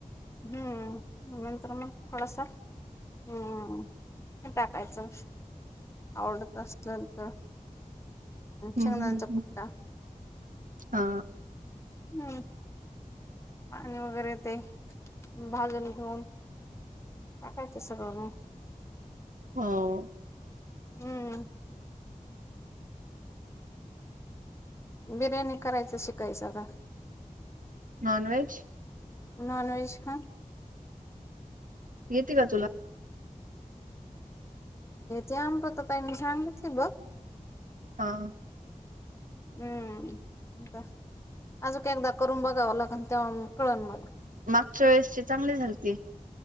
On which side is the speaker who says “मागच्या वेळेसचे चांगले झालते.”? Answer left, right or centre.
Right